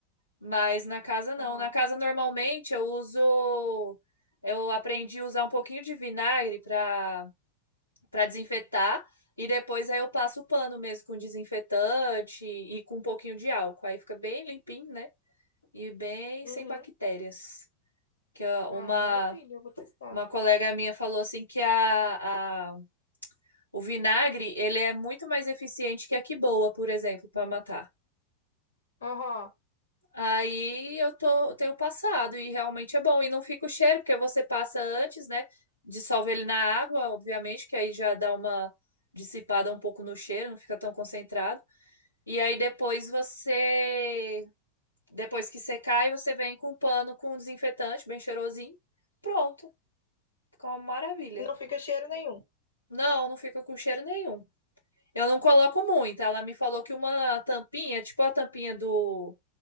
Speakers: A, on the left; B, on the left.
A: Mas na casa não.
B: aham.
A: Na casa normalmente eu uso. Eu aprendi a usar um pouquinho de vinagre pra para desinfetar e depois aí eu passo o pano mesmo com desinfetante e com um pouquinho de álcool. Aí fica bem limpinho, né? E bem
B: Uhum.
A: sem bactérias. Que ó,
B: Ai,
A: uma
B: maravilha, eu vou testar.
A: uma colega minha falou assim que a, a o vinagre, ele é muito mais eficiente que a quiboa, por exemplo, para matar.
B: Aham.
A: Aí eu tô, eu tenho passado e realmente é bom. E não fica o cheiro, porque você passa antes, né? Dissolve ele na água, obviamente, que aí já dá uma dissipada um pouco no cheiro, não fica tão concentrado. E aí depois você, depois que secar, aí você vem com um pano com desinfetante bem cheirosinho. Pronto, fica uma maravilha.
B: Não fica cheiro nenhum.
A: Não, não fica com cheiro nenhum. Eu não coloco muito. Ela me falou que uma tampinha, tipo a tampinha do,